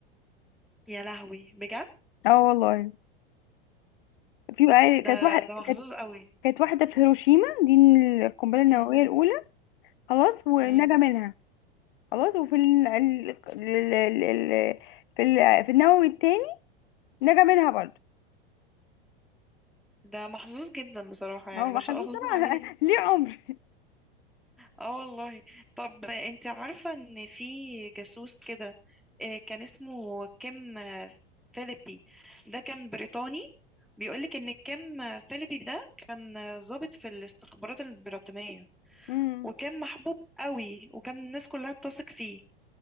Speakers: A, in the centre; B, on the left.
A: يا لهوي بجد
B: اه والله في كانت
A: ده
B: واحدة
A: ده محظوظ
B: كانت
A: قوي
B: كانت واحدة في هيروشيما دي القنبلة النووية
A: امم
B: الأولى خلاص ونجا
A: امم
B: منها خلاص وفي ال... ال... ال... ال... ال... في ال... في النووي التاني نجا منها برضه
A: ده محظوظ جدا بصراحة يعني
B: هو محظوظ
A: ما شاء الله
B: طبعا
A: <laughs> عليه
B: <laughs> ليه عمر
A: اه والله طب انت عارفة ان في جاسوس كده آه، كان اسمه كيم آه، فيليبي ده كان بريطاني بيقولك ان كيم آه، فيليبي ده كان آه، ضابط في الاستخبارات البريطانية
B: مم.
A: وكان محبوب قوي وكان الناس كلها بتثق فيه